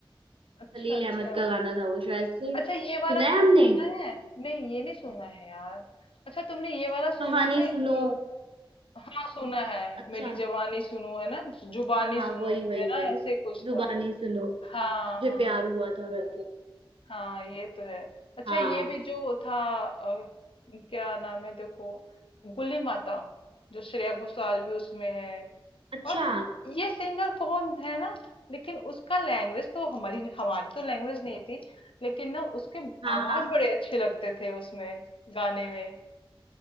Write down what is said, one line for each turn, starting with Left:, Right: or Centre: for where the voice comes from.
Left: अच्छा
Right: खलील
Left: अच्छा
Right: अहमद का गाना था वो शायद से
Left: अच्छा ये वाला
Right: सुना है
Left: तुमने
Right: हमने
Left: सुना है नहीं ये नहीं सुना है यार अच्छा तुमने ये वाला सुना
Right: कहानी
Left: है
Right: सुनो
Left: जो हाँ सुना है
Right: अच्छा
Left: मेरी जवानी सुनो है ना जुबानी
Right: हाँ हाँ
Left: सुनो
Right: वही वही
Left: है ना
Right: वही
Left: ऐसे कुछ
Right: जुबानी
Left: था
Right: सुनो
Left: हाँ
Right: मुझे
Left: हाँ
Right: प्यार हुआ था करके
Left: हाँ ये तो है अच्छा
Right: हाँ
Left: ये भी जो था अ, क्या नाम है देखो गुली माता जो श्रेया घोषाल भी उसमें है
Right: अच्छा
Left: और ये सिंगर कौन है ना लेकिन उसका लैंग्वेज तो हमारी हमारी तो लैंग्वेज नहीं थी लेकिन ना उसके
Right: हाँ
Left: आवाज
Right: हाँ
Left: बड़े अच्छे लगते थे उसमें गाने में